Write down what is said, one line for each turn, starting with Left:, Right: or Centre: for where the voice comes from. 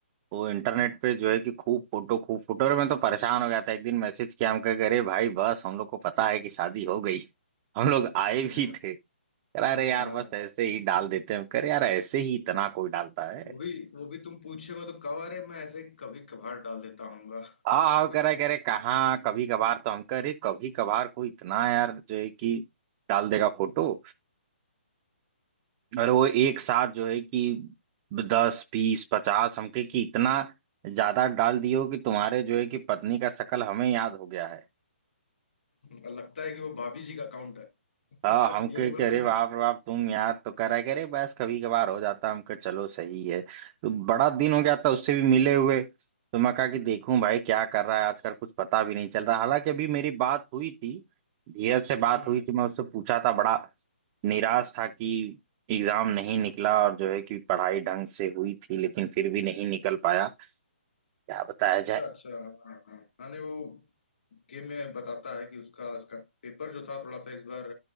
Right: वो इंटरनेट पे जो है कि खूब फोटो खूब फोटो और मैं तो परेशान हो गया था एक दिन मैसेज किया हम कह के, अरे भाई बस हम लोग को पता है कि शादी हो गई <laughs> हम लोग आए
Left: हम्म,
Right: भी थे कह रहा अरे यार
Left: हाँ
Right: बस ऐसे ही डाल देते हैं हम कह रहे यार ऐसे ही इतना कोई डालता है
Left: वो भी वो भी तुम पूछेगा तो कहा अरे मैं ऐसे ही कभी कभार डाल देता हूँगा
Right: हाँ हाँ
Left: <laughs>
Right: कह रहा है, कह रहे कहाँ कभी कभार तो हम कह रहे कभी कभार कोई इतना यार जो है कि डाल देगा फोटो और वो एक साथ जो है कि दस बीस पचास हमके कि इतना ज्यादा डाल दियो कि तुम्हारे जो है कि पत्नी का शकल हमें याद हो गया है
Left: और लगता है कि वो भाभी जी का अकाउंट है <laughs>
Right: हाँ हम के
Left: ये नहीं बोला
Right: कह रहे
Left: तुमने
Right: बाप रे बाप तुम यार तो कह रहा करे बस कभी कभार हो जाता है हम कहे चलो सही है तो बड़ा दिन हो गया था उससे भी मिले हुए तो मैं कहा कि देखूं भाई क्या कर रहा है आजकल कुछ पता भी नहीं चल रहा हालांकि अभी मेरी बात हुई थी धीरज से बात
Left: हम्म
Right: हुई थी मैं उससे पूछा था बड़ा निराश था कि एग्जाम नहीं निकला और जो है कि पढ़ाई ढंग से हुई थी लेकिन फिर भी नहीं निकल पाया क्या बताया
Left: अच्छा
Right: जाए
Left: अच्छा हाँ हाँ हाँ, नहीं वो गेम में बताता है कि उसका उसका पेपर जो था थोड़ा सा इस बार